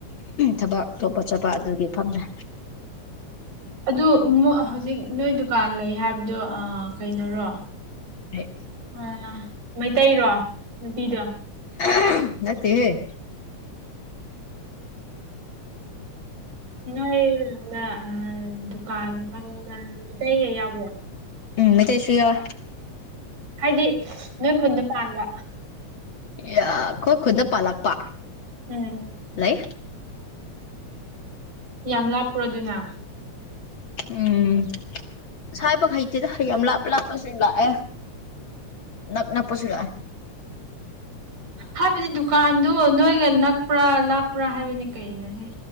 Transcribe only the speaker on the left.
ꯊꯕꯛ ꯑꯇꯣꯞꯄ ꯆꯠꯄ ꯑꯗꯨꯒꯤ ꯐꯝꯗ꯭ꯔꯦ꯫
ꯑꯩ
<unintelligible> ꯅꯠꯇꯦ ꯍꯦ
ꯎꯝ ꯃꯩꯇꯩꯁꯨ ꯌꯥꯎꯋꯦ
ꯌꯥ ꯈꯣꯏ ꯈꯨꯟꯗ ꯄꯥꯜꯂꯛꯄ
ꯂꯩ
ꯎꯝ ꯁ ꯍꯥꯏꯕ ꯍꯩꯇꯦꯗ ꯌꯥꯝ ꯂꯥꯞꯄ ꯂꯥꯞꯄꯁꯤꯡ ꯂꯥꯛꯑꯦ ꯅꯛ ꯅꯛ ꯄꯁꯨ ꯂꯥꯛꯑꯦ